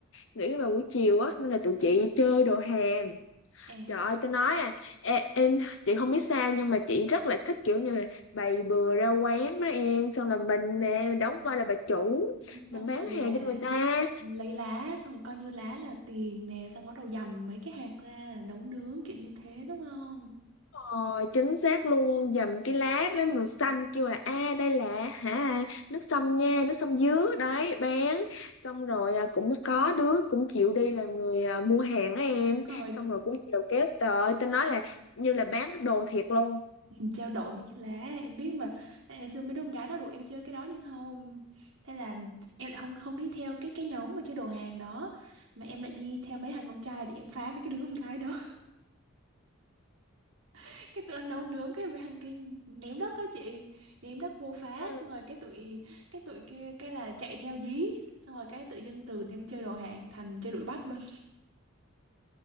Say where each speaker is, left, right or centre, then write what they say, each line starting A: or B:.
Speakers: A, on the left (about 65°); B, on the right (about 80°).
A: nghĩ vào buổi chiều á nên là tụi
B: Ờ,
A: chị chơi đồ hè.
B: à,
A: Trời ơi, tôi nói à, em, em chị không biết sao nhưng mà chị rất là thích kiểu như là bày bừa ra quán đó em, xong
B: ừm,
A: là mình nè, mình đóng vai là bà chủ,
B: ừm, xong
A: mình bán
B: rồi
A: hàng
B: là
A: cho người ta.
B: lấy lá xong rồi coi như lá là tiền nè xong rồi bắt đầu dầm mấy cái hạt ra là nấu nướng kiểu như thế đúng không
A: Rồi, chính xác luôn, dầm cái lát lấy màu xanh kêu là a à, đây là hả nước sâm nha, nước sâm dứa đấy bán. Xong rồi à, cũng có đứa cũng chịu đi là người à, mua hàng á em,
B: đúng rồi
A: xong rồi cũng chịu kéo tới, tôi nói là như là bán đồ thiệt luôn.
B: <laughs> trao đổi mấy cái lá em biết mà à, ngày xưa mấy đứa con gái nó rủ em chơi cái đó nhưng không thế là em lại không không đi theo cái cái nhóm mà chơi đồ hàng đó mà em lại đi theo mấy thằng con trai để em phá mấy cái đứa con gái đó <laughs> cái tụi nó nấu nướng cái mấy thằng kia ném đất á chị ném đất vô phá
A: Ừ,
B: xong rồi cái tụi cái tụi kia cái là chạy theo dí xong rồi cái tự dưng từ đang chơi đồ hàng thành chơi đuổi bắt luôn